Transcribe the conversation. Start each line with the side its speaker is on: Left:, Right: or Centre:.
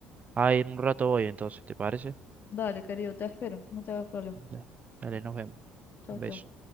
Right: Ahí en un rato voy entonces, ¿te parece?
Left: Dale, querido, te espero, no te hagas problema.
Right: Dale, Dale, nos vemos.
Left: Chau,
Right: Un
Left: chau.
Right: beso.